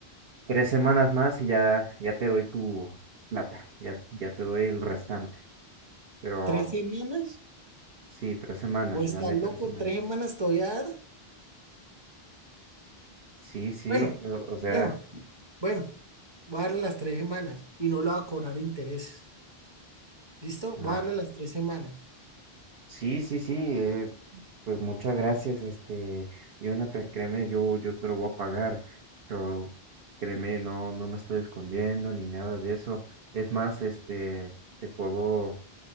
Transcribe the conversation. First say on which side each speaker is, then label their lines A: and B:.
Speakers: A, on the right (about 70°); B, on the right (about 25°).
A: tres semanas más y ya, ya te doy tu plata, ya, ya te doy el restante, pero
B: ¿Tres semanas?
A: Sí, tres semanas,
B: Vos estás
A: dame
B: loco,
A: tres semanas.
B: tres semanas te voy a dar.
A: Sí, sí,
B: Bueno,
A: pero, o sea,
B: bueno, bueno, voy a darle las tres semanas y no le voy a cobrar intereses. ¿Listo? Voy
A: ah,
B: a darle las tres semanas.
A: sí, sí, sí, eh, pues muchas gracias, este, Jonathan, créeme, yo, yo te lo voy a pagar, pero créeme, no, no me estoy escondiendo ni nada de eso. Es más, este, te puedo,